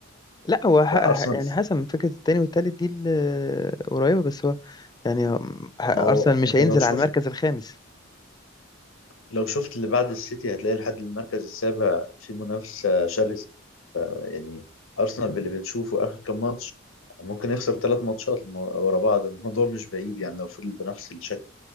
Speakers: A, on the left; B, on the left.
A: لا هو ح...
B: لا
A: ح-
B: ارسنال
A: يعني حسب من فكرة التاني والتالت دي ال- قريبة بس هو يعني ه- أرسنال
B: ما هو
A: مش
B: انت
A: هينزل
B: لو شفت
A: على المركز الخامس
B: لو شفت اللي بعد السيتي هتلاقي لحد المركز السابع في منافسه شرسه ف- يعني ارسنال باللي بنشوفه اخر كام ماتش ممكن يخسر ثلاث ماتشات م- ورا بعض الموضوع مش بعيد يعني لو فضل بنفس الشكل